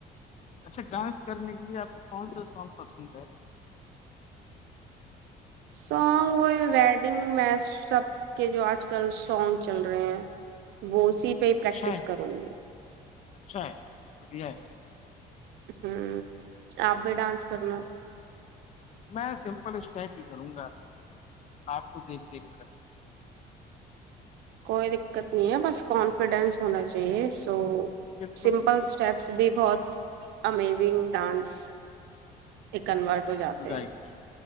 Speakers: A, on the left; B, on the right.
A: اچھا ڈانس کرنے کے لیے آپ کو کون سا سانگ پسند ہے
B: سانگ وہی ویڈنگ میچ سب کے جو آج کل سانگ چل رہے ہیں وہ اسی پہ ہی
A: اچھا
B: پریکٹس
A: ہے
B: کروں گی
A: اچھا ہے بھیا ہے
B: ہوں آپ بھی ڈانس کرنا
A: میں سمپل اسکپ بھی کروں گا آپ کو دیکھ دیکھ کر
B: کوئی دقت نہیں ہے بس کانفیڈینس ہونا چاہیے سو
A: بالکل
B: سمپل
A: بالکل
B: اسٹیپ بھی بہت امیزنگ ڈانس ا کنورٹ ہو جاتے
A: رائٹ
B: ہیں